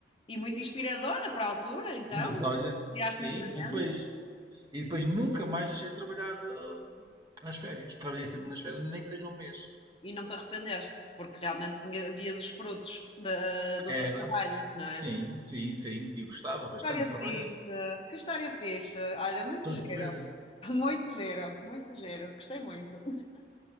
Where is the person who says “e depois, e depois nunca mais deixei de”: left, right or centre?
Right